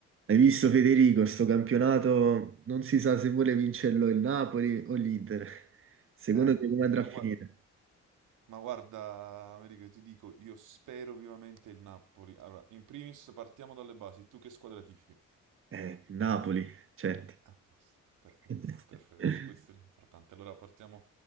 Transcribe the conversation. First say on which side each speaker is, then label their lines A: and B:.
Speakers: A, on the right; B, on the right.
A: Hai visto Federico, sto campionato non si sa se vuole vincerlo il Napoli o l'Inter. Secondo
B: Eh,
A: te come andrà
B: io
A: a finire?
B: gua- ma guarda, Americo, io ti dico, io spero vivamente il Napoli. Allora, in primis partiamo dalle basi. Tu che squadra tifi?
A: Eh, Napoli, certo.
B: A posto, perfetto,
A: <laughs>
B: perfetto, questo è l'importante. Allora partiamo,